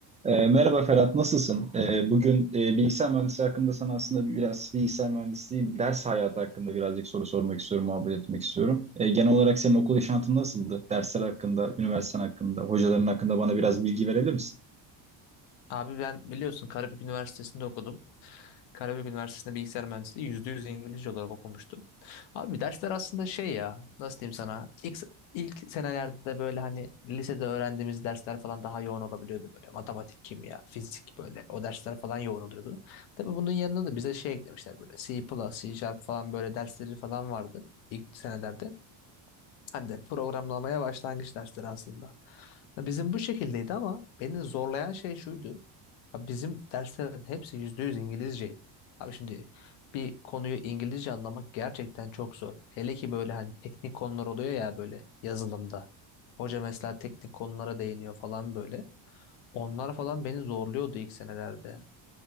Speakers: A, on the right (about 15°); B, on the left (about 80°).
A: E, merhaba Ferhat, nasılsın? E, bugün e, bilgisayar mühendisliği hakkında sana aslında biraz bilgisayar mühendisliği ders hayatı hakkında birazcık soru sormak istiyorum, muhabbet etmek istiyorum. E, genel olarak senin okul yaşantın nasıldı? Dersler hakkında, üniversiten hakkında, hocaların hakkında bana biraz bilgi verebilir misin?
B: Abi ben biliyorsun Karabük Üniversitesi'nde okudum. Karabük Üniversitesi'nde bilgisayar mühendisliği %100 İngilizce olarak okumuştum. Abi dersler aslında şey ya nasıl diyeyim sana ilk, ilk senelerde böyle hani lisede öğrendiğimiz dersler falan daha yoğun olabiliyordu böyle matematik, kimya, fizik böyle o dersler falan yoğun oluyordu. Tabii bunun yanında da bize şey eklemişler böyle C++, C Sharp falan böyle dersleri falan vardı ilk senelerde. Hani de programlamaya başlangıç dersleri aslında. Ya Bizim bu şekildeydi ama beni zorlayan şey şuydu. Ya Bizim derslerin hepsi %100 İngilizceydi. Abi şimdi bir konuyu İngilizce anlamak gerçekten çok zor. Hele ki böyle hani teknik konular oluyor ya böyle yazılımda. Hoca mesela teknik konulara değiniyor falan böyle. Onlar falan beni zorluyordu ilk senelerde.